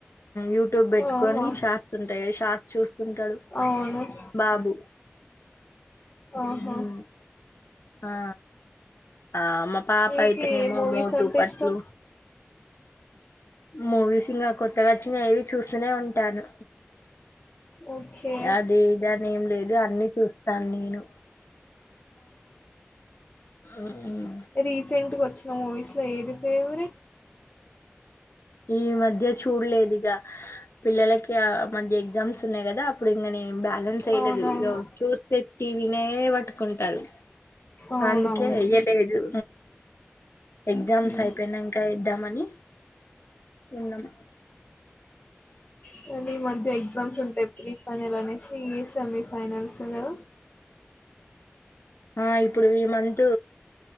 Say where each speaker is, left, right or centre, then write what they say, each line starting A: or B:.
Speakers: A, on the left (about 70°); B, on the left (about 35°).
A: యూట్యూబ్ పెట్టుకొని
B: ఆహా
A: షార్ట్స్ ఉంటాయి షార్ట్స్ చూస్తుంటాడు
B: అవును
A: బా బాబు
B: ఆహా!
A: హుహు ఆ ఆ మా పాప
B: మీకు
A: అయితేనేమో
B: ఏ మూవీస్
A: మోటు
B: అంటే
A: పతులు
B: ఇష్టం?
A: మూవీసింగ కో అంతగచ్చి న ఏవి చూస్తూనే ఉంటాను
B: ఓకే.
A: అది దాని ఏం లేదు అన్ని చూస్తాను నేను ఉమ్
B: రీసెంట్గా వచ్చిన మూవీస్ లో ఏది ఫేవరెట్
A: ఈ మధ్య చూడలేదు ఇగా పిల్లలకి ఆ మధ్య ఎగ్జామ్స్ ఉన్నాయి కదా అప్పుడు ఇంగా నే బ్యాలెన్స్ వెయ్యలేదు
B: అవునవును.
A: ఇగా చూస్తే టీవినే పట్టుకుంటారు
B: అవునవును.
A: అందుకే ఎయ్యలేదు ఎగ్జామ్స్
B: హ్మ్.
A: అయిపోయినంక ఏద్దామని ఉన్నాం
B: కానీ ఈ మధ్య ఎగ్జామ్స్ ఉంటాయి ప్రీఫైనల్ అనేసి సెమీఫైనల్స్ లో
A: ఆ ఇప్పుడు ఈ మంత్